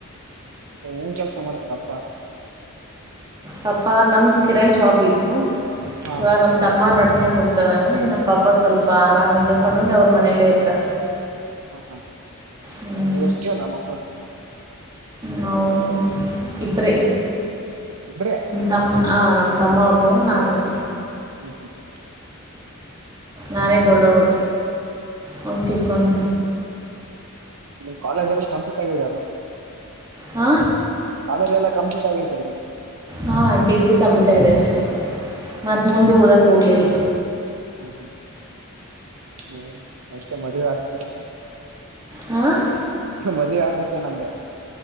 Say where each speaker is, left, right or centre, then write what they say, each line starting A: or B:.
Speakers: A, on the right (about 85°); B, on the right (about 20°).
A: ಏನ್ ಕೆಲ್ಸ ಮಾಡ್ತಾರಪ್ಪಾ.
B: ಪಪ್ಪ ನಮದು ಕಿರಣ್ ಶಾಪ್ ಇತ್ತು
A: ಹಾ
B: ಇವಾಗ ನಮ್ಮ್ದ ತಮ್ಮ ನಡ್ಸ್ಕೊಂಡ ಹೋಗ್ತದಾನೆ ನಮ್ಮ ಪಪ್ಪಾಗ ಸ್ವಲ್ಪ ಆರಾಮಲ್ಲ ಸಂಬಂದ ಅವ್ರ ಮನೆಯಲ್ಲೇ ಇರ್ತಾರ.
A: ಹಾ ಹಾ ಹಾ
B: ಹ್ಮ್,
A: ನೀ ಅಷ್ಟೇನ ಮಕ್ಕಳು.
B: ನಾವು ಇಬ್ಬರೇ
A: ಇಬ್ರೇ
B: ತಮ್ಮ ಅ ನಮ್ಮ ತಮ್ಮ ಒಬ್ಬ ನಾನೊಬ್ಬ.
A: <unintelligible>
B: ನಾನೇ ದೊಡ್ಡವಳು ಅವ್ನ ಚಿಕ್ಕನ
A: ನಿಮ್ ಕಾಲೇಜ್ ಎಲ್ಲ ಕಂಪ್ಲೀಟ್ ಆಗಿದೆ ಅಲ್ಲ.
B: ಹಾ
A: ಕಾಲೇಜ ಎಲ್ಲ ಕಂಪ್ಲೀಟ್ ಆಗೈತಿಲ್ಲ.
B: ಹಾ ಡಿಗ್ರಿ ಕಂಪ್ಲೀಟ್ ಆಗಿದೆ ಅಷ್ಟೆ ಮತ್ತ
A: ಹಾ ಹಾ
B: ಮುಂದೆ ಓದಕ್ ಹೋಗ್ಲಿಲ್ಲ
A: ಹ್ಮ್ ಹ್ಮ್ ಹ್ಮ್ ಅಷ್ಟೇ ಮದ್ವೆ ಆಗ್ತಾರ.
B: ಹಾಂ
A: ಮದ್ವೆ ಆಗ್ಬೇಕಾ ಅನಾ ಅಂದೆ.